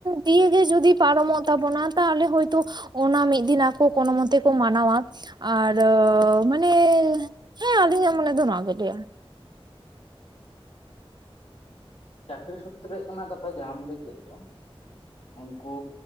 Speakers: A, on the right (about 45°); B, on the left (about 80°).
A: ᱫᱤᱭᱮ ᱜᱮ ᱡᱩᱫᱤ ᱯᱟᱨᱚᱢᱚᱜ ᱛᱟᱵᱚᱱᱟ ᱛᱟᱦᱚᱞᱮ ᱦᱳᱭᱛᱚ ᱚᱱᱟ ᱢᱤᱫ ᱫᱤᱱ ᱟᱠᱚ ᱠᱳᱱᱳ ᱢᱚᱛᱚᱠᱚ ᱢᱟᱱᱟᱣᱟ ᱟᱨ ᱢᱟᱱᱮ ᱦᱮᱸ ᱟᱹᱞᱤᱧᱟᱜ ᱢᱚᱱᱮ ᱫᱚ ᱱᱚᱣᱟ ᱜᱮ ᱞᱟᱹᱭᱟ
B: ᱪᱟᱹᱠᱨᱤ ᱥᱩᱛᱨᱮ ᱚᱱᱟ ᱠᱟᱛᱷᱟ ᱡᱟᱦᱟᱸᱢ ᱞᱟᱹᱭ ᱠᱮᱫ ᱫᱚ ᱩᱱᱠᱩ